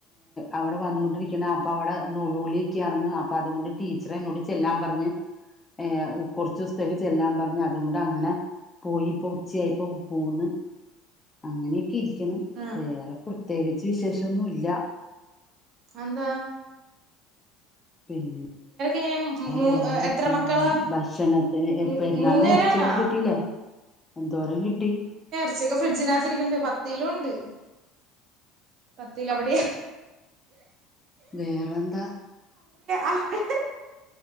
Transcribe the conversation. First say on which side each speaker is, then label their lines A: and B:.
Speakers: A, on the left; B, on the right.
A: അവിടെ വന്നോണ്ടിരിക്കണ അപ്പ അവിടെ നളി <unintelligible> യൊക്കെ ർന്ന് ഇറന്ന് അപ്പം അതുകൊണ്ട് ടീച്ചർ എന്നോട് ചെല്ലാൻ പറഞ്ഞ് ഏ കുറച്ച് ദിവസത്തേക്ക് ചെല്ലാൻ പറഞ്ഞ്അതുകൊണ്ട് അങ്ങനെ പോയി ഇപ്പോ ഉച്ചയായിപ്പോ പോന്ന് അങ്ങനെയൊക്കെ ഇരി <unintelligible>
B: ആഹ്
A: വേറെ പ്രത്യേകിച്ച് വിശേഷ മറ്റൊന്നുമല്ല
B: അന്താ
A: പിൻ
B: എങ്ങനെ മൂ
A: വേറെ
B: എത്ര മക്കളാ
A: ഭക്ഷണത്തിന്
B: മൂ
A: പെരുന്നാൾ
B: മൂന്ന്
A: ന്
B: പേരാണാ
A: ഇതച്ചിയൊക്കെ കിട്ടീല്ലേ എന്തോരം കിട്ടി
B: ച്ച് ഫ്രിഡജിനകത്തിരിക്കണ്ട് പ തിലുണ്ട് പത്തീല അവിടെ
A: വേറെന്താ?
B: അഹ് ഹ.